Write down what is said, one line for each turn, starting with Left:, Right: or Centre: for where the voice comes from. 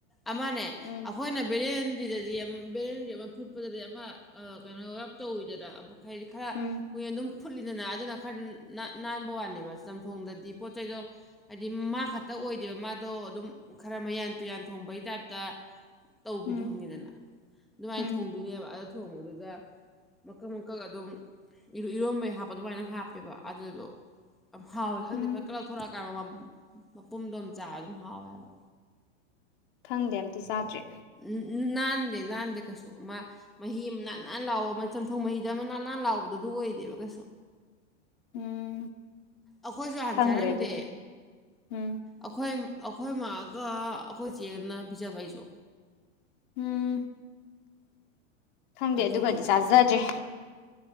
Centre: ꯑꯃꯅꯦ
Left: ꯎꯝ
Centre: ꯑꯩꯈꯣꯏꯅ ꯕꯦꯔꯦ ꯑꯗꯨꯗꯥꯗꯤ ꯌꯥꯝ ꯕꯦꯂꯦꯟꯗꯔ꯭ꯤ ꯑꯃ ꯐꯨꯠꯄꯗꯗꯤ ꯑꯃ ꯑꯥ ꯀꯩꯅꯣ ꯌꯥꯝ ꯇꯧꯋꯤꯗꯅ ꯑꯃ ꯍꯥꯏꯗꯤ ꯈꯔꯥ
Left: ꯎꯝ
Centre: ꯀꯨꯏꯅ ꯑꯗꯨꯝ ꯐꯨꯠꯂꯤꯗꯅꯥ ꯑꯗꯨꯅ ꯈꯔ ꯅꯥ ꯅꯥꯟꯕ ꯋꯥꯅꯦꯕ ꯆꯝꯊꯣꯡꯗꯗꯤ ꯄꯣꯠ ꯆꯩꯗꯣ ꯍꯥꯏꯗꯤ ꯃꯥ ꯈꯛꯇ ꯑꯣꯏꯗꯦꯕ ꯃꯥꯗꯣ ꯑꯗꯨꯝ ꯈꯔ ꯃꯌꯥꯟ ꯇꯨꯌꯥꯟ ꯊꯣꯡꯕꯩ ꯇꯥꯏꯞꯇꯥ ꯇꯧꯕꯤꯗꯣ
Left: ꯎꯝ
Centre: ꯈꯪꯉꯤꯗꯅ ꯑꯗꯨꯃꯥꯏꯅ
Left: ꯎꯝ
Centre: ꯊꯣꯡꯗꯣꯏꯅꯦꯕ ꯑꯗ ꯊꯣꯡꯕꯗꯨꯗ ꯃꯀꯛ ꯃꯀꯛ ꯑꯗꯨꯝ ꯏꯔ‌ꯣ ꯏꯔꯣꯝꯕꯩ ꯍꯥꯞꯄ ꯑꯗꯨꯃꯥꯏꯅ ꯍꯥꯞꯄꯦꯕ ꯑꯗꯨꯗꯣ ꯍꯥꯎꯋꯦ ꯈꯪꯗꯦ
Left: ꯎꯝ
Centre: ꯐꯠ ꯂꯧꯊꯣꯔꯛꯑꯀꯥꯟꯗ ꯃꯃ ꯃꯄꯨꯝꯗꯣꯝ ꯆꯥ ꯑꯗꯨꯝ ꯍꯥꯎꯋꯦ ꯍꯥꯏꯕ
Left: ꯈꯪꯗꯦ ꯑꯝꯇ ꯆꯥꯗ꯭ꯔꯤ
Centre: ꯅꯥꯟꯗꯦ ꯅꯥꯟꯗꯦ ꯀꯩꯁꯨ ꯑꯃ ꯃꯍꯤ ꯃ ꯅꯥꯟ ꯅꯥꯟ ꯂꯥꯕ ꯑꯃ ꯆꯝꯊꯣꯡ ꯃꯍꯤꯗ ꯑꯃ ꯅꯥꯟ ꯅꯥꯟ ꯂꯥꯎꯕꯗꯨ ꯑꯗꯨ ꯑꯣꯏꯗꯦꯕ ꯀꯩꯁꯨ
Left: ꯎꯝ
Centre: ꯑꯈꯣꯏꯁꯨ ꯍꯥꯟꯅ
Left: ꯈꯪꯗ꯭ꯔꯦ
Centre: ꯆꯥꯔꯝꯗꯦ
Left: ꯑꯗꯨꯒ ꯎꯝ
Centre: ꯑꯈꯣꯏ ꯑꯩꯈꯣꯏ ꯃꯥꯒ ꯑꯩꯈꯣꯏ ꯆꯦꯒꯅ ꯄꯤꯖꯕ ꯑꯩꯖꯨ
Left: ꯎꯝ ꯈꯪꯗꯦ
Centre: ꯑꯗꯨꯗꯨꯒꯤ
Left: ꯑꯗꯨꯒꯗꯤ ꯆꯥꯖꯗ꯭ꯔꯤ